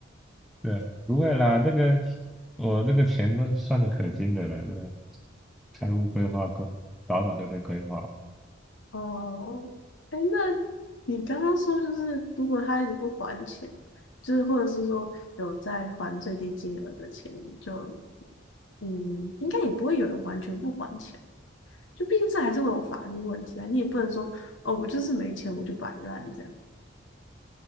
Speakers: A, in the centre; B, on the left.
A: 对，不会啦，这个我这个钱都算的可精的了，对吧？财务规划规早早就在规划了，
B: 哦，哎，那你刚刚说就是，如果他一直不还钱，就是或者是说有在还最低金额的钱，就嗯，应该也不会有人完全不还钱，就毕竟这还是会有法律问题啊。你也不能说哦，我就是没钱，我就摆烂这样。